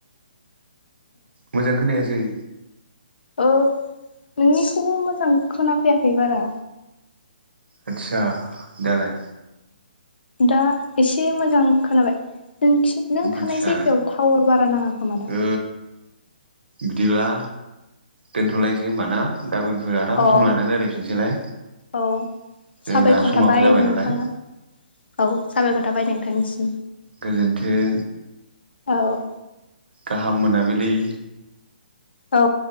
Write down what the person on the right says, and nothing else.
मोजां खोनायासै
आच्छा दालाय
आदसा
ओ बिदिब्ला दोनथलायसै होमबा ना गाबोनफोर आराम
सम लाना रायलाय फिनसैलाय
जोंना समाबो
जाबाय
नालाय
गोजोन्थों
गाहाम मोना बिलि।